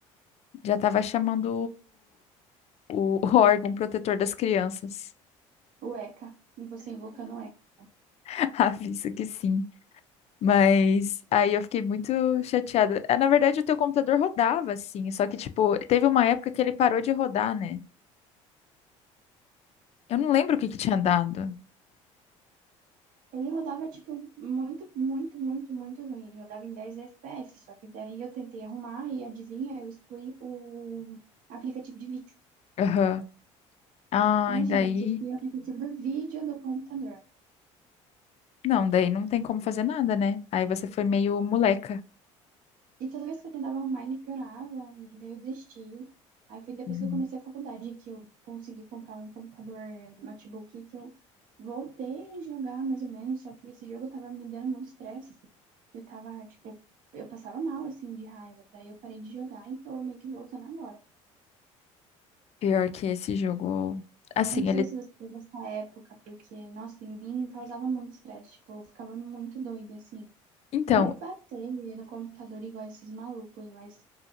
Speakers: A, on the left; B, on the right.
A: já tava chamando o, o órgão protetor das crianças.
B: o ECA, e você invocando o ECA.
A: <laughs> Avisa que sim. Mas aí eu fiquei muito chateada. Ah, Na verdade, o teu computador rodava, assim. Só que, tipo, teve uma época que ele parou de rodar, né? Eu não lembro o que que tinha dado.
B: Ele rodava, tipo, muito, muito, muito, muito ruim. Ele rodava em 10 FPS, só que daí eu tentei arrumar e adivinha, eu excluí o aplicativo de vídeo.
A: Aham. Ah,
B: Imagina,
A: e daí.
B: você excluir o aplicativo do vídeo do computador.
A: Não, daí não tem como fazer nada, né? Aí você foi meio moleca.
B: E toda vez que eu tentava arrumar, ele piorava, e daí eu desisti. Aí foi depois
A: Uhum.
B: que eu comecei a faculdade que eu consegui comprar um computador notebook que eu voltei a jogar mais ou menos, só que esse jogo tava me dando muito estresse. Eu tava, tipo, eu passava mal assim de raiva. Daí eu parei de jogar e tô meio que voltando agora.
A: Pior que esse jogo. Assim,
B: Eu não sei
A: ele.
B: se você teve essa época, porque, nossa, em mim causava muito estresse, tipo, eu ficava muito doida assim.
A: Então,
B: Não de bater no computador igual esses malucos, mas